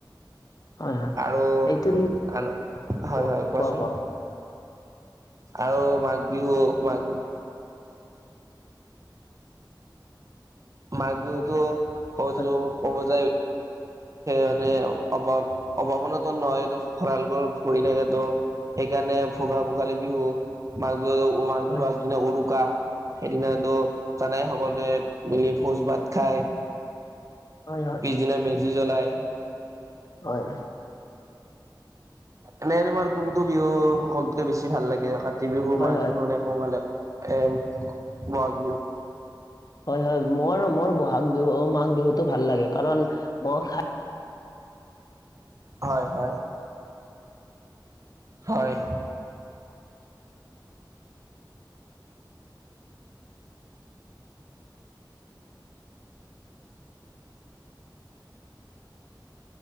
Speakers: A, on the left (about 50°); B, on the right (about 40°).
A: হয় হয়
B: আৰু
A: এইটো
B: ক
A: কোৱা
B: হয়, হয়, কোৱাচোন?
A: কোৱা কোৱা কোৱা
B: আৰু মাঘ বিহু মাঘ মাঘ বিহুতটো কজ
A: হয়
B: ক'ব ক'ব য মানে অভাৱ অভাৱনাো নহয় এইটো ভৰাল ভৰি থাক তো সেইকাৰণে মানে ভোগাল ভোগালী বিহু মাঘ বিহুত মাঘ
A: হয়
B: বিহুৰ আ দিনা উৰুকা সেইদিনাতো জানাই সকলোৱে মিলি ভোজ ভাত খায়।
A: হয় হয়
B: পিছদিনা মেজি জ্বলাই।
A: হয়।
B: এনেই তোমাৰ কোনটো বিহু সকলতকে বেছি ভাল লাগে ৰখাত। কাতি বিহু
A: হয়
B: মাঘ
A: হয়
B: বিহুনে কালে এ ব
A: হয়, হয়, মই মোৰ বহাগ বিহু মাঘ বিহুতটো ভাল লাগে কাৰণ মই খাই
B: হয়, হয়। হয়। <inaudible>